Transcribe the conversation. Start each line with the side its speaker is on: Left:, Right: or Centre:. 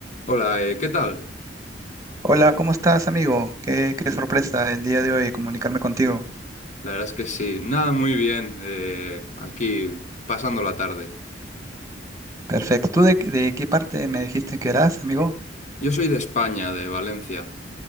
Left: Hola, eh, ¿qué tal?
Right: Hola, ¿cómo estás, amigo? Qué, qué sorpresa el día de hoy comunicarme contigo.
Left: La verdad es que sí, nada, muy bien, eh, aquí pasando la tarde.
Right: Perfecto. ¿Tú de, de qué parte me dijiste que eras, amigo?
Left: Yo soy de España, de Valencia.